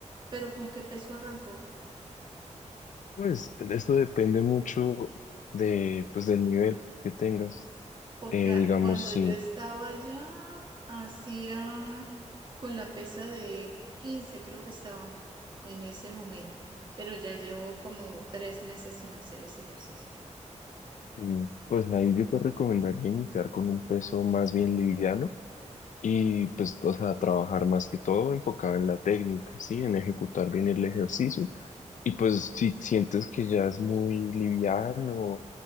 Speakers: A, on the right; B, on the left.
A: pero ¿con qué peso arranco?
B: Pues esto depende mucho de, pues, del nivel que tengas.
A: Porque
B: Eh,
A: a-
B: digamos,
A: cuando
B: sí,
A: yo estaba allá, hacía con la pesa de 15 creo que estaba en ese momento, pero ya llevo como tres meses sin hacer ese ejercicio.
B: eh, pues ahí yo te recomendaría iniciar con un peso más bien liviano y pues, o sea, trabajar más que todo enfocado en la técnica, ¿sí? En ejecutar bien el ejercicio Y pues si sientes que ya es muy liviano